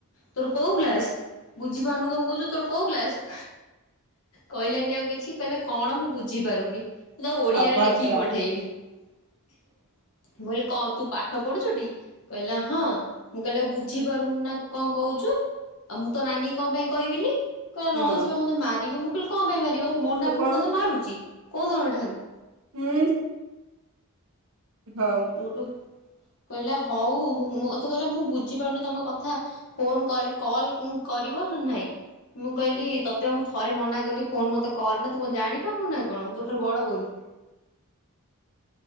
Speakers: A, on the left; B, on the right.
A: ତୋର କୋଉ କ୍ଲାସ ବୁଝି ପାରୁନୁ କଣ କହୁଛୁ ତୋର କୋଉ କ୍ଲାସ କହିଲାନି ଆଉ କିଛି କହିଲା କଣ ମୁଁ ବୁଝି ପାରୁନି ମୁ ତାକୁ ଓଡିଆରେ
B: ଅଭଦ୍ର
A: ଲେଖିକି ପଠେଇଲି ମୁଁ କହିଲି କଣ ତୁ ପାଠ ପଢୁଛୁ ଟି କହିଲା ହଁ ମୁଁ କହିଲି ଆଉ ବୁଝିପାରୁନୁ ନା କଣ କହୁଛୁ ଆଉ ମୁଁ ତ ନାନୀ କଣ ପାଇଁ କହିବିନି କହିଲା
B: ହଁ
A: ନହେଲେ ସେ ପା ମତେ ମାରିବ ମୁଁ କହିଲି କଣ ପାଇଁ ମାରିବ ମନା
B: ତୁ
A: ପୁଣି
B: କଣ
A: ତତେ ମାରୁଛି କୋଉ ଦିନ ଠାରୁ
B: ହୁଁ ହଉ
A: ଟୁ ଟୁ କହିଲା ହଉ ମତେ କହିଲା ମୁଁ ବୁଝିପାରୁନି ତମ କଥା ଫୋନ କରି କଲ୍ କରିବ ନା ନାଇଁ? ମୁଁ କହିଲି ତତେ ମୁଁ ଥରେ ମନା କଲି ଫୋନ ମତେ କର ନା ତୁ ଜାଣିପାରୁନୁ ନା କଣ ମୁଁ ତୋ ଠାରୁ ବଡ ବୋଲି?